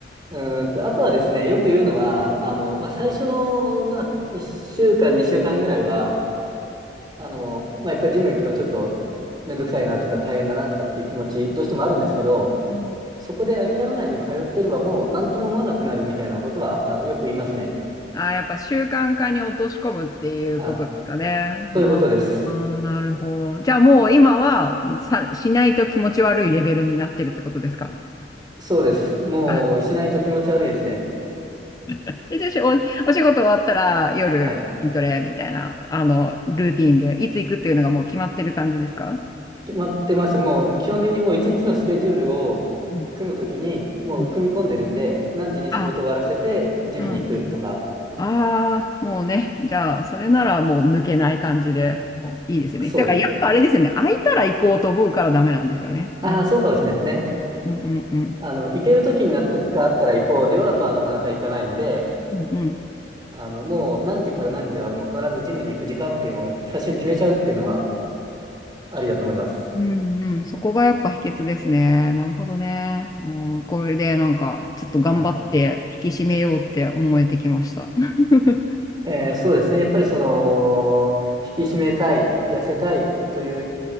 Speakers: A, on the right (about 25°); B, on the left (about 20°).
A: うーんと、あとはですね、よく言うのは、あの、まあ、最初の、まあ、1週間、2週間ぐらいは、あの、まあ、やっぱりジム行くのちょっとめんどくさいなとか大変だなとかっていう気持ち、どうしてもあるんですけど、
B: うん
A: そこで諦めないで通ってればもう何とも思わなくなるみたいなことは、あの、よく言いますね。
B: あ、やっぱ習慣化に落とし込むっていうことですかね。
A: あ、そういうことです。
B: ああ、なるほど。じゃあもう今はさ、しないと気持ち悪いレベルになってるってことですか
A: そうです。もうしないと気持ち悪いですね。
B: あ、<laughs> で、じゃあしお、お仕事終わったら夜筋トレみたいな、
A: はい。
B: あの、ルーティーンで、いつ行くっていうのがもう決まってる感じですか
A: 決まってます。もう基本的にもう一日のスケジュールを組むときにもう組み込んでるんで、
B: うんうん
A: 何時に仕事終わらせてジムに行くとか。
B: あ、ああー、もうね。じゃあ、それならもう抜けない感じで、もういいですよね。
A: そうです。
B: だからやっぱあれですよね。空いたら行こうと思うからダメなんですよね。
A: ああ、
B: なるほど。
A: そうかもしれないですね。
B: うんうんうん。
A: あの、行けるときになったがあったら行こうでは、まあなかなか行かないので、
B: うんうん
A: あの、もう何時から何時はもう必ずジムに行く時間っていうのを最初に決めちゃうっていうのはありだと思います。
B: うんうん、そこがやっぱ秘訣ですね。なるほどね。うん、これでなんか、ちょっと頑張って引き締めようって思えてきました。
A: はい。
B: <laughs>
A: えーそうですね。やっぱりその、引き締めたい、痩せたいという